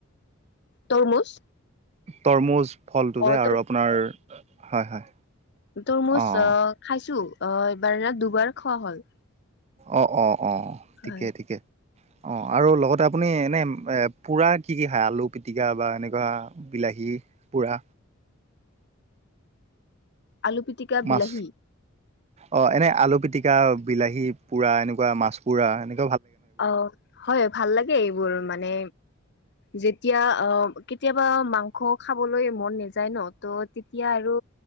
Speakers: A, on the left (about 55°); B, on the right (about 30°).
A: তৰমুজ?
B: তৰমুজ ফলটো
A: অ
B: যে আৰু
A: তৰ
B: আপোনাৰ হয় হয়
A: তৰমুজ
B: অঁ
A: আহ খাইছোঁ অ এইবাৰ ন দুবাৰ খোৱা হ'ল।
B: অঁ অঁ অঁ
A: হয়
B: ঠিকে ঠিকে অঁ আৰু লগতে আপুনি এনে এ পোৰা কি কি খায় আলু পিতিকা বা এনেকুৱা বিলাহী পোৰা
A: আলু পিটিকা বিলাহী
B: মাছ অ, এনে আলু পিটিকা বিলাহী পোৰা এনেকুৱা মাছ পোৰা এ
A: অ, হয় ভাল লাগে এইবোৰ মানে যেতিয়া কেতিয়াবা মাংস খাবলৈ মন নাযায় ন ত' তেতিয়া আৰু